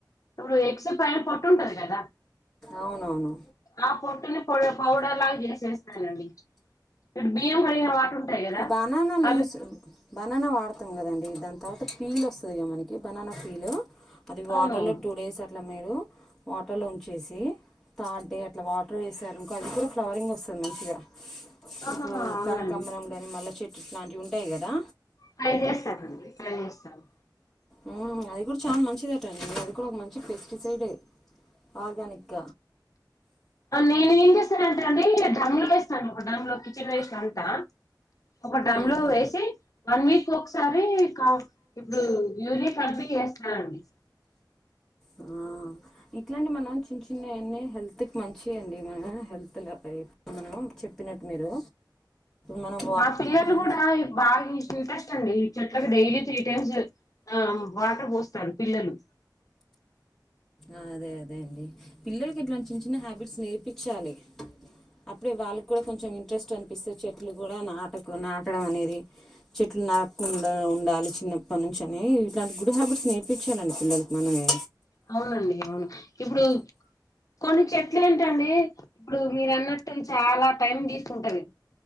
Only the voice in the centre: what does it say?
అవునవును
బనానా లీవ్స్
బనానా వాడతాం కదండి దన్ తర్వాత పీల్ వస్తది కదా మనకి బనానా పీల్ అది వాటర్
లో టూ డేస్ అట్లా మీరు వాటర్లో ఉంచేసి థర్డ్ డే అట్లా వాటర్ వేసారనుకో అది కూడా ఫ్లవరింగ్ వస్తుంది మంచిగా ఇప్పుడు
కనకాంబరం గాని మల్లె చె ఎట్లాంటివి ఉంటాయి కదా
ఉమ్ అది కూడ్ చాల్ మంచిదేటండి అది కూడా ఒక మంచి పెస్టిసైడ్ఏ ఆర్గనిక్
ఉహు
ఆ ఇట్లాంటి మనం చిన్న చిన్నవివన్ని హెల్త్ కి మంచి అండి మన హెల్త్ <unintelligible> మనం చెప్పినట్ మీరు మానవ్ వా
మనం
ఆ అదే అదే అండి పిల్లలకి ఇట్లాంటి చిన్న చిన్న హ్యాబిట్స్ నేర్పిచ్చాలి అప్పుడే వాళ్ళకి కూడా కొంచెం ఇంట్రెస్ట్ అనిపిస్తే చెట్లు కూడా నాటకు నాటడం అనేది చెట్లు నరక్కుండా ఉండాలి చిన్నప్పటి నుంచి అన్నే ఇలాంటి గుడ్ హ్యాబిట్స్ నేర్పించాలండి పిల్లలకి మనమే